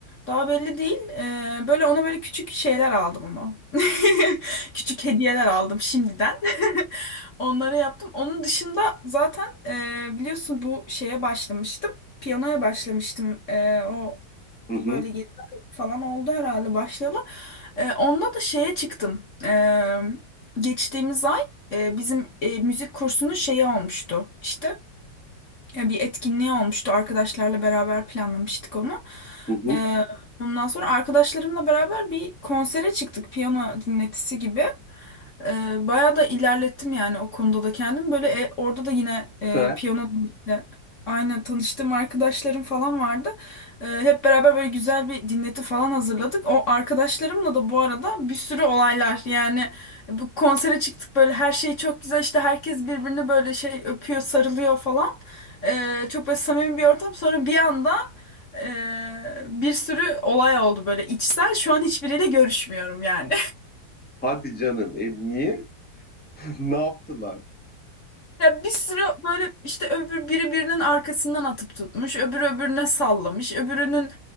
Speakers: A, on the left; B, in the centre.
A: Daha belli değil. Ee, böyle ona böyle küçük şeyler aldım ama. <laughs> Küçük hediyeler aldım şimdiden. <laughs> Onlara yaptım. Onun dışında zaten e, biliyorsun bu şeye başlamıştım. Piyanoya başlamıştım. E, o
B: Hı
A: bir
B: hı.
A: böyle yedi ay falan oldu herhalde başlayalı. E, onda da şeye çıktım. E, geçtiğimiz ay e, bizim e, müzik kursunun şeyi olmuştu işte e, bir etkinliği olmuştu arkadaşlarla beraber planlamıştık onu.
B: Hı hı.
A: E, ondan sonra arkadaşlarımla beraber bir konsere çıktık piyano dinletisi gibi. Ee, bayağı da ilerlettim yani o konuda da kendim Böyle e, orada da yine e,
B: Süper.
A: piyano ile aynı tanıştığım arkadaşlarım falan vardı. Ee, hep beraber böyle güzel bir dinleti falan hazırladık. O arkadaşlarımla da bu arada bir sürü olaylar yani bu konsere çıktık böyle her şey çok güzel işte herkes birbirini böyle şey öpüyor sarılıyor falan. Ee, çok böyle samimi bir ortam sonra bir anda e, bir sürü olay oldu böyle içsel şu an hiçbiriyle görüşmüyorum yani.
B: Hadi canım. E, niye? <laughs> Ne yaptılar?
A: Ya bir sürü böyle işte öbür biri birinin arkasından atıp tutmuş, öbürü öbürüne sallamış, öbürünün